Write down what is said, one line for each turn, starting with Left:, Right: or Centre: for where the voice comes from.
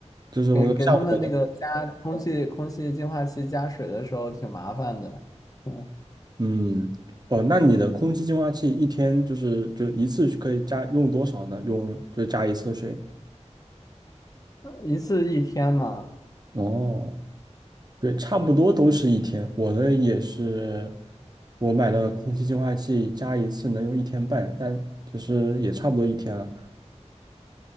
Right: 就是我像我的，
Left: 给给他们那个 <laughs> 加空气空气净化器加水的时候挺麻烦的，嗯，
Right: 嗯。哦，那你的空气净化器一天就是就一次可以加用多少呢？用就加一次水。
Left: 一次一天嘛，
Right: 哦，对，差不多都是一天。我的也是，我买了空气净化器，加一次能用一天半，但就是也差不多一天了。